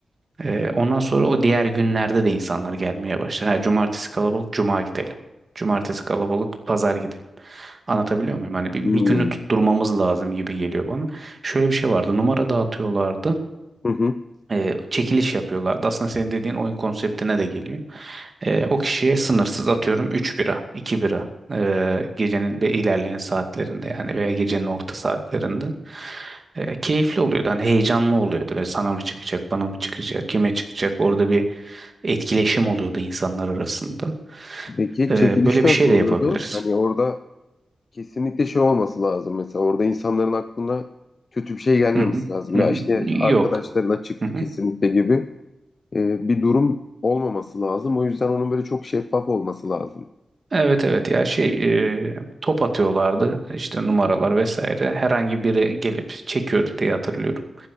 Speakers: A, on the right; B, on the left.
A: ee, ondan sonra o diğer günlerde de insanlar gelmeye başlar. Ha, cumartesi kalabalık, cuma gidelim. Cumartesi kalabalık, pazar gidelim. Anlatabiliyor muyum? Hani bir,
B: Hmm.
A: bir günü tutturmamız lazım gibi geliyor bana. Şöyle bir şey vardı. Numara dağıtıyorlardı
B: Hı hı.
A: e, çekiliş yapıyorlardı. Aslında senin dediğin oyun konseptine de geliyor. E, o kişiye sınırsız atıyorum 3 bira, 2 bira e, gecenin ve ilerleyen saatlerinde yani veya gecenin orta saatlerinde E, keyifli oluyordu. Hani heyecanlı oluyordu. Ve sana mı çıkacak, bana mı çıkacak, kime çıkacak? Orada bir etkileşim oluyordu insanlar arasında.
B: Peki
A: E,
B: çekiliş
A: böyle
B: nasıl
A: bir şey de
B: oluyordu?
A: yapabiliriz.
B: Hani orada kesinlikle şey olması lazım. Mesela orada insanların aklına kötü bir şey gelmemesi
A: Hı hı,
B: lazım.
A: hı
B: Ya
A: hı.
B: işte
A: Yok.
B: arkadaşlarına çıktı
A: Hı hı.
B: kesinlikle gibi e, bir durum olmaması lazım. O yüzden onun böyle çok şeffaf olması lazım.
A: Evet evet ya şey e, top atıyorlardı işte numaralar vesaire herhangi biri gelip çekiyordu diye hatırlıyorum.